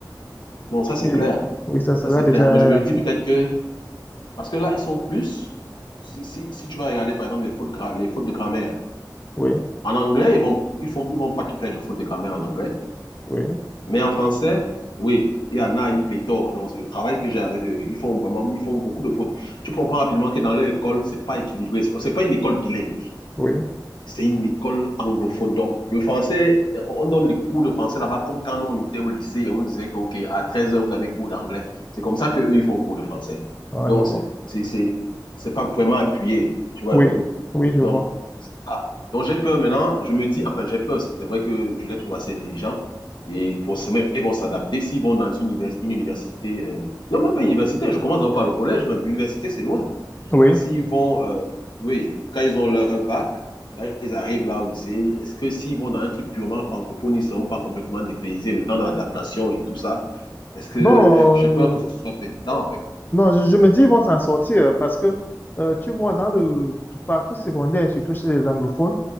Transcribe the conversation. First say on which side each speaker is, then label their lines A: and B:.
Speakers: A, on the left (about 75°); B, on the left (about 25°).
A: Non, ça, c'est
B: Oui,
A: clair.
B: oui, ça sera
A: Ça, c'est
B: déjà
A: clair.
B: un
A: Mais je me
B: acquis.
A: dis peut-être que Parce que là, ils sont plus. Si, si, si tu vas regarder, par exemple, les fautes, gra- les fautes de grammaire.
B: Oui,
A: En anglais, ils vont, ils font, ils vont pas te faire de fautes de grammaire en anglais.
B: oui,
A: Mais en français, oui, il y en a une pléthore. Donc, c'est le travail que j'ai avec eux. Ils font vraiment, ils font beaucoup de fautes. Tu comprends rapidement que dans leur école, c'est pas équilibré. C'est c'est pas une école bilingue.
B: oui,
A: C'est une école anglophone. Donc, le français, on donne les cours de français là-bas comme quand on était au lycée, on nous disait que, OK, à 13h, vous avez cours d'anglais. C'est comme ça qu'eux, ils font cours de français.
B: ah,
A: Donc,
B: je vois.
A: c'est, c'est, c'est, c'est pas vraiment appuyé, tu vois
B: Oui,
A: un peu.
B: oui, je
A: Donc,
B: vois.
A: c'est ça. Donc, j'ai peur maintenant. Je me dis, enfin, j'ai peur. C'est vrai que je les trouve assez intelligents. Et forcément, ils vont s'adapter s'ils vont dans une, univers- une université. euh, Non, même pas une université. Je commence à en parler au collège, même. L'université, c'est loin.
B: Oui.
A: S'ils vont, euh, oui, quand ils ont leur bac, quand ils arrivent là au lycée, est-ce que s'ils vont dans un truc purement francophone, ils ne seront pas complètement dépaysés, le temps d'adaptation et tout ça? Est-ce que
B: Bon,
A: j'ai peur que ce
B: euh,
A: soit pas évident? Oui,
B: Non, je, je me dis, ils vont s'en sortir parce que, euh, tu vois, dans le parcours secondaire, surtout chez les anglophones,